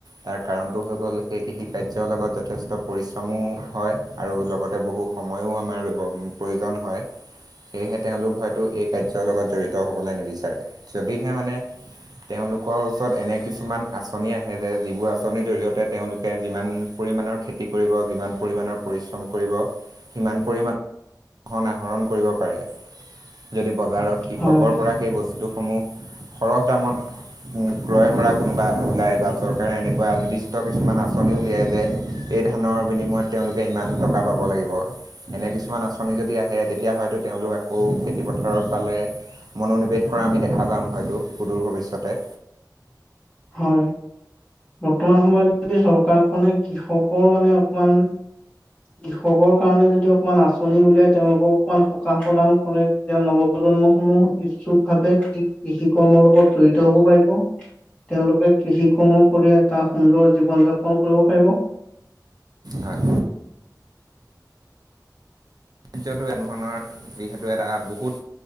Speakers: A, on the right; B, on the left.
A: তাৰ কাৰণটো হৈ গ'ল, সেই কৃষি কাৰ্যৰ লগত যথেষ্ট পৰিশ্ৰমো হয় আৰু লগতে বহু সময়ো আমাৰ প্ৰয়োজন হয়। সেয়েহে তেওঁলোক হয়তো এই কাৰ্যৰ লগত জড়িত হবলৈ নিবিচাৰে। যদিহে মানে তেওঁলোকৰ ওচৰত এনে কিছুমান আঁচনি আহে, যে যিবোৰ আঁচনিৰ জৰিয়তে তেওঁলোকে যিমান। পৰিমাণৰ খেতি কৰিব যিমান পৰিমাণৰ পৰিশ্ৰম কৰিব সিমান পৰিমাণৰ শোষণ আহৰণ কৰিব পাৰে, যদি বজাৰত কৃষকৰ
B: হয়,
A: পৰা সেই বস্তুসমূহ সৰহ দামত উম, ক্ৰয় কৰা কোনোবা ওলাই বা চৰকাৰে এনেকুৱা নিৰ্দিষ্ট কিছুমান আঁচনি উলিয়াই যে। এই ধানৰ বিনিময়ত। তেওঁলোকে ইমান টকা পাব লাগিব, এনে কিছুমান আঁচনি যদি আহে তেতিয়া হয়তো তেওঁলোক আকৌ খেতি। দৰব পালে, মনোনিৱেশ কৰা আমি দেখা পাম হয়তো সুদূৰ ভৱিষ্যতে।
B: হয়। বৰ্তমান সময়ত যদি চৰকাৰখনে কৃষকৰ মানে অকমান। কৃষকৰ কাৰণে যদি অকমান আঁচনি উলিয়াই। তেওঁলোকক অকমান সকাহ প্ৰদান কৰে, তেতিয়া নৱ প্ৰজন্মৰ প্ৰজন্মসমূহ ইচ্ছুক ভাৱে কৃষি কৰ্মৰ লগত জড়িত হ'ব পাৰিব। তেওঁলোকে কৃষিকৰ্মহ কৰি এটা সুন্দৰ জীৱন যাপন কৰিব পাৰিব।
A: হয়। এতিয়া টো এনেধৰণৰ যিহেতু এটা বহুত।